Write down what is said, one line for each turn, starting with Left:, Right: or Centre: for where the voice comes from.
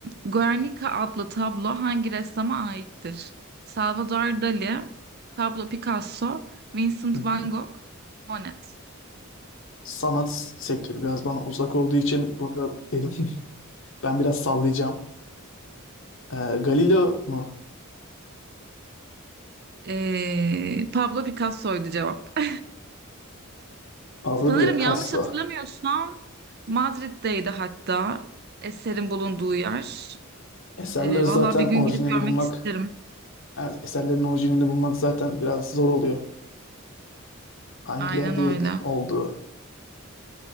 Right: Guernica adlı tablo hangi ressama aittir? Salvador Dali, Pablo Picasso, Vincent
Left: Hı hı.
Right: van Gogh, Monet.
Left: Sanat sektörü biraz bana uzak olduğu için burada dedim ki <laughs> ben biraz sallayacağım. E, Galileo mu?
Right: Ee, Pablo Picasso'ydu cevap. <laughs>
Left: Pablo
Right: Sanırım
Left: Picasso.
Right: yanlış hatırlamıyorsam Madrid'deydi hatta eserin bulunduğu yer.
Left: Eserleri
Right: Ee, vallahi
Left: zaten
Right: bir gün
Left: orijinali
Right: gidip görmek
Left: bulmak,
Right: isterim.
Left: yani eserlerin orijinalini bulmak zaten biraz zor oluyor. Hangi
Right: Aynen
Left: yerde
Right: öyle.
Left: oldu?